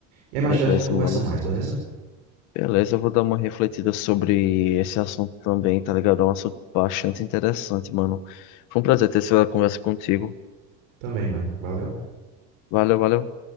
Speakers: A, on the right; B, on the left.
A: E aí mais
B: Beleza,
A: tarde a gente conversa
B: mano.
A: mais, beleza?
B: Beleza, eu vou dar uma refletida sobre esse assunto também, tá ligado? É um assunto bastante interessante, mano. Foi um prazer ter essa conversa contigo.
A: Também, mano. Valeu.
B: Valeu, valeu.